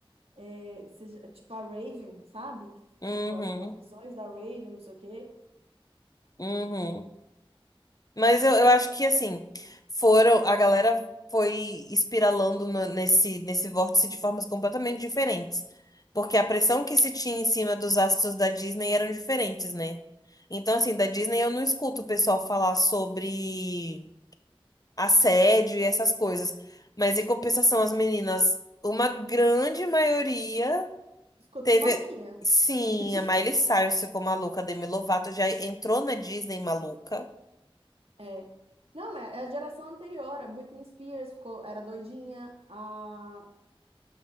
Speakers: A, on the right; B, on the left.
A: É, seja- tipo a Raven, sabe? Que,
B: Uhum,
A: Tipo, as, as visões da Raven, não sei o quê.
B: uhum. Mas eu, eu acho que, assim, foram, a galera foi espiralando no- nesse, nesse vórtice de formas completamente diferentes. Porque a pressão que se tinha em cima dos astros da Disney eram diferentes, né? Então, assim, da Disney eu não escuto o pessoal falar sobre. assédio e essas coisas. Mas em compensação, as meninas, uma grande maioria
A: Ficou tudo
B: teve.
A: maluquinha.
B: Sim,
A: <laughs>
B: a Miley Cyrus ficou maluca, a Demi Lovato já entrou na Disney maluca.
A: É. Não, é, é a geração anterior. A Britney Spears ficou, era doidinha. A,